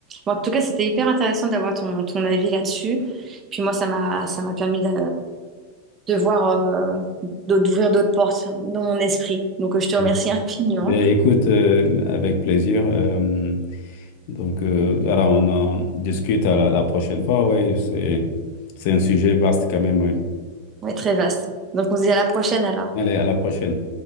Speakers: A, on the right; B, on the left.
A: Bon, en tout cas, c'était hyper intéressant d'avoir ton, ton avis là-dessus. Puis moi, ça m'a, ça m'a permis de, de voir, euh, d'o- d'ouvrir d'autres portes dans mon esprit. Donc, euh, je te remercie
B: Ouais.
A: infiniment.
B: Ben, écoute, euh, avec plaisir. euh, donc, euh, voilà, on en discute à la, la prochaine fois. Ouais, c'est, c'est un sujet vaste quand même. ouais.
A: Ouais, très vaste. Donc, on se dit à la prochaine alors.
B: Allez, à la prochaine.